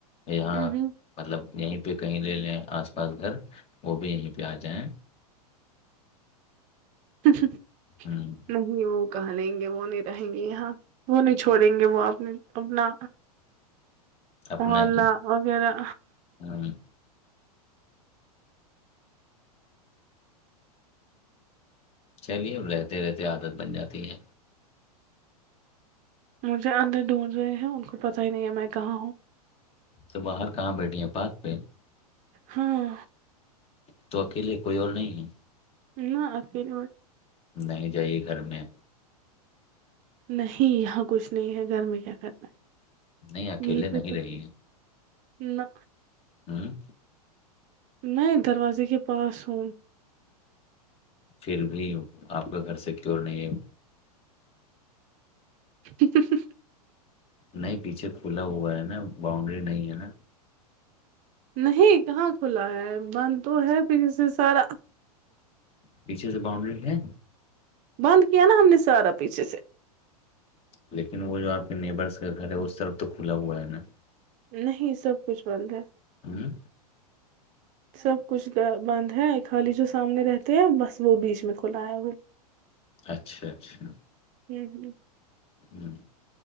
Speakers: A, on the left; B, on the right.
A: یہاں
B: ہوں
A: مطلب یہیں پہ کہیں لے لیں آس پاس گھر وہ بھی یہیں پہ آ جائیں
B: تسا
A: ہوں،
B: نہیں وہ کہ لیں گے وہ نہیں رہیں گے یہاں وہ نہیں چھوڑیں گے وہ اپنے اپنا
A: اپنا
B: ہولہ
A: ایک-
B: وغیرہ
A: ہاں چلیے اب رہتے رہتے عادت بن جاتی ہے
B: مجھے اندر ڈونڈ رہے ہیں ان کو پتا ہی نہیں ہے میں کہاں ہوں
A: تو باہر کہاں بیٹھی ہیں پات پہ
B: ہاں
A: تو اکیلے کوئی اور نہیں ہے
B: نہ اخیر
A: نہیں جائیے گھر میں
B: نہیں یہاں کچھ نہیں ہے گھر میں کیا کرنا ہے
A: نہیں اکیلے
B: یہ پ
A: نہیں
B: تو
A: رہیے
B: نہ
A: ہوں
B: میں دروازے کے پاس ہوں
A: پھر بھی آپ کا گھر سیکور نہیں ہے
B: ج
A: نہیں پیچھے کھلا ہوا ہے نا باؤنڈری نہیں ہے نا
B: نہیں کہاں کھلا ہے بند تو ہے پھر اس سے سارا
A: پیچھے سے باؤنڈری ہے
B: بند کیا نا ہم نے سارا پیچھے سے
A: لیکن وہ جو آپ کے نیبرس کا گھر ہے اس طرف تو کھلا ہوا ہے نا
B: نہیں سب کچھ بند ہے
A: ہوں
B: سب کچھ بند ہے خالی جو سامنے رہتے ہیں بس وہ بیچ میں کھلا آیا ہوئے
A: اچھا اچھا
B: ہوں ہوں
A: ہوں